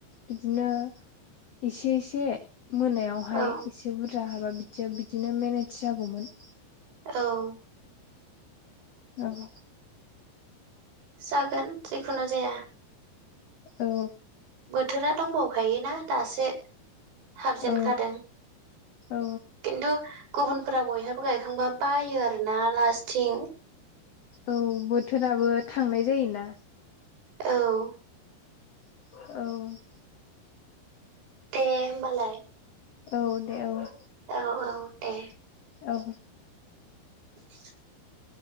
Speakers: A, on the left; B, on the right.
A: बिदिनो एसे एसे मोनायाव हाय
B: औ
A: इसे बुरजा हाबा बिदियाव बिदिनो मेनेज जागौमोन।
B: औ।
A: ओं।
B: जागोन जेखुनु जाया।
A: औ।
B: बोथोरा दंबावखायोना दासो हाबजेनखादों
A: औ औ
B: खिन्थु गुबुनफोरा बयहाबो गायखांबा बायो आरोना लास्थिं
A: औ बोथोराबो थांनाय जायोना।
B: औ।
A: औ।
B: दे होनबालाय।
A: औ दे औ।
B: औ औ दे।
A: औ।
B: <inaudible>